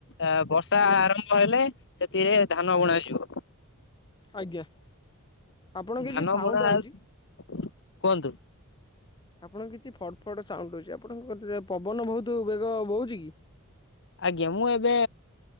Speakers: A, on the left (about 55°); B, on the left (about 20°).
A: ଆ ବର୍ଷା ଆରମ୍ଭ ହେଲେ ସେଥିରେ ଧାନ ବୁଣାଯିବ।
B: ଆଜ୍ଞା। ଆପଣ କିଛି
A: ଧାନ
B: ସାଉଣ୍ଡ
A: ବୁଣା
B: ଆଉଛି
A: ଆଉ କୁହନ୍ତୁ।
B: ଆପଣଙ୍କ କିଛି ଫଡ୍ ଫଡ୍ ସାଉଣ୍ଡ ହେଉଚି। ଆପଣଙ୍କ କତିରେ ପବନ ବହୁତ୍ ବେଗ ବହୁଛି କି?
A: ଆଜ୍ଞା ମୁଁ ଏବେ